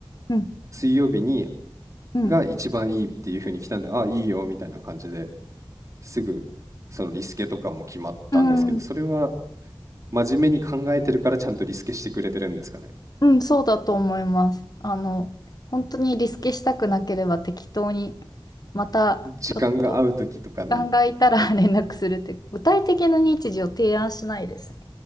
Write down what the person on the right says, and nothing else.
水曜日に
が一番いいっていうふうに来たんで、あ、いいよみたいな感じですぐ、そのリスケとかも決まったんですけど、
それは真面目に考えてるからちゃんとリスケしてくれてるんですかね。
時間が合う時とかに、